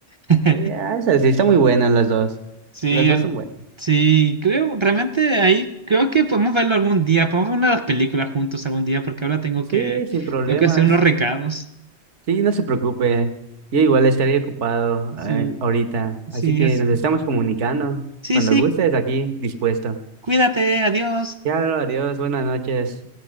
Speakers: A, on the right; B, on the right.
A: <laughs>
B: sí, ah, esa sí, está muy buena las dos.
A: Sí,
B: Las dos
A: al-
B: son buenas.
A: sí, creo, realmente ahí creo que podemos verlo algún día, podemos ver una de las películas juntos algún día, porque ahora tengo
B: Sí,
A: que,
B: sin problemas.
A: tengo que hacer unos recados.
B: Sí, no se preocupe. Yo igual estaré ocupado
A: Sí,
B: eh, ahorita.
A: sí,
B: Así que
A: es,
B: nos estamos comunicando.
A: sí,
B: Cuando
A: sí,
B: gustes, aquí dispuesto.
A: cuídate, adiós.
B: Ya, adiós, buenas noches.